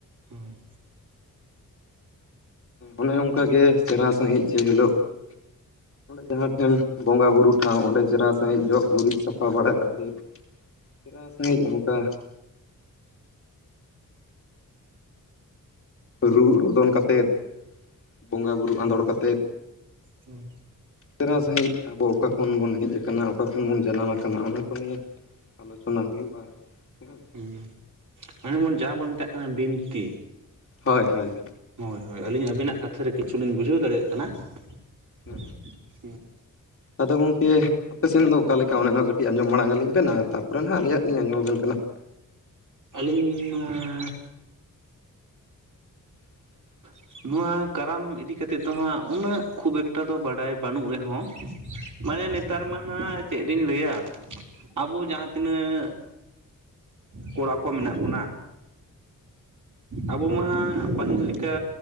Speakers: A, on the right; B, on the left.
A: ᱦᱮᱸ
B: ᱚᱱᱮ ᱚᱱᱠᱟᱜᱮ ᱪᱮᱨᱦᱟ ᱥᱟᱺᱦᱤᱡ ᱡᱮ ᱦᱤᱞᱚᱜ ᱡᱟᱦᱟᱸ ᱴᱷᱮᱱ ᱵᱚᱸᱜᱟ ᱵᱩᱨᱩ ᱴᱷᱟᱶ ᱚᱸᱰᱮ ᱪᱮᱨᱦᱟ ᱥᱟᱺᱦᱤᱡ ᱡᱚᱜ ᱜᱩᱨᱤᱡ ᱥᱟᱯᱷᱟ ᱵᱟᱲᱟ ᱠᱟᱛᱮᱫ ᱪᱮᱨᱦᱟ ᱥᱟᱺᱦᱤᱡ ᱚᱱᱠᱟ ᱨᱩ ᱨᱚᱫᱚᱱ ᱠᱟᱛᱮᱫ ᱵᱚᱸᱜᱟᱼᱵᱩᱨᱩ ᱟᱸᱫᱳᱲ ᱠᱟᱛᱮᱫ
A: ᱦᱩ
B: ᱪᱮᱨᱦᱟ ᱥᱟᱺᱦᱤᱡ ᱟᱵᱚ ᱚᱠᱟ ᱠᱷᱚᱱ ᱵᱚᱱ ᱦᱮᱡ ᱟᱠᱟᱱᱟ ᱚᱠᱟ ᱠᱷᱚᱱ ᱵᱚᱱ ᱡᱟᱱᱟᱢ ᱟᱠᱟᱱᱟ ᱚᱱᱟ ᱠᱚ ᱱᱤᱭᱮ ᱟᱞᱳᱪᱚᱱᱟ ᱦᱩᱭᱩᱜᱼᱟ ᱦᱮᱸ
A: ᱦᱩᱸ.., ᱦᱮᱸ ᱢᱚᱱ ᱡᱟᱦᱟᱸ ᱵᱚᱱ ᱢᱮᱛᱟᱜ ᱠᱟᱱᱟ ᱵᱤᱱᱛᱤ
B: ᱦᱳᱭ ᱦᱳᱭ
A: ᱦᱳᱭ ᱦᱳᱭ ᱟᱹᱞᱤᱧ ᱟᱵᱤᱱᱟᱜ ᱠᱟᱛᱷᱟ ᱨᱮ ᱠᱤᱪᱷᱩ ᱞᱤᱧ ᱵᱩᱡᱷᱟᱹᱣ ᱫᱟᱲᱮᱭᱟᱜ ᱠᱟᱱᱟ ᱾ <unintelligible>
B: ᱦᱮᱸ
A: ᱦᱩᱸ...
B: ᱟᱫᱚ ᱜᱚᱢᱠᱮ ᱟᱯᱮ ᱥᱮᱱ ᱫᱚ ᱚᱠᱟ ᱞᱮᱠᱟ ᱚᱱᱮ ᱚᱱᱟ ᱠᱟᱹᱴᱤᱡ ᱟᱡᱚᱢ ᱢᱟᱲᱟᱝ ᱟᱹᱞᱤᱧ ᱵᱮᱱ ᱟᱨ ᱛᱟᱯᱚᱨᱮ ᱱᱟᱦᱟᱜ ᱟᱞᱤᱟᱜ ᱞᱤᱧ ᱟᱡᱚᱢ ᱟᱵᱮᱱ ᱠᱟᱱᱟ ᱾
A: <unintelligible> ᱟᱹᱞᱤᱧ ᱢᱟ
B: <inaudible>
A: <unintelligible> ᱱᱚᱶᱟ ᱠᱟᱨᱟᱢ ᱤᱫᱤ ᱠᱟᱛᱮᱜ ᱫᱚ ᱦᱟᱸᱜ ᱩᱱᱟᱹᱜ ᱠᱷᱩᱵ ᱮᱠᱛᱟ ᱫᱚ ᱵᱟᱰᱟᱭ ᱵᱟᱹᱱᱩᱜ ᱨᱮᱦᱚᱸ <unintelligible> ᱢᱟᱱᱮ ᱱᱮᱛᱟᱨ ᱢᱟ ᱦᱟᱸᱜ ᱪᱮᱫ ᱵᱤᱱ ᱞᱟᱹᱭᱟ
B: ᱦ <inaudible>
A: ᱟᱵᱚ ᱡᱟᱦᱟᱸ ᱛᱤᱱᱟᱹᱜ ᱠᱚᱲᱟ ᱠᱚ ᱢᱮᱱᱟᱜ ᱵᱚᱱᱟ ᱟᱵᱚ ᱢᱟ ᱯᱟᱹᱦᱤᱞ ᱞᱮᱠᱟ